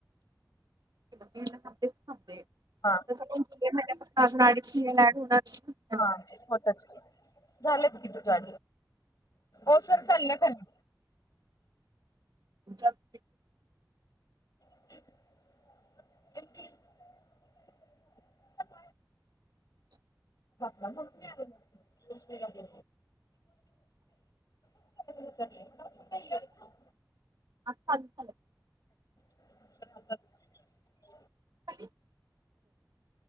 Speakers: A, on the right; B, on the left.
A: दीड ला थांबतय,
B: हा
A: तस पण आता जुलै महिन्या पासन
B: हा होतच झालंत की तुझ्या, ओ सर चाललीया खाली.
A: <inaudible>
B: <inaudible>
A: <inaudible>
B: म्हणून मी आलो नाही. <inaudible>
A: आता चालू झालय.
B: <unintelligible>
A: झालं.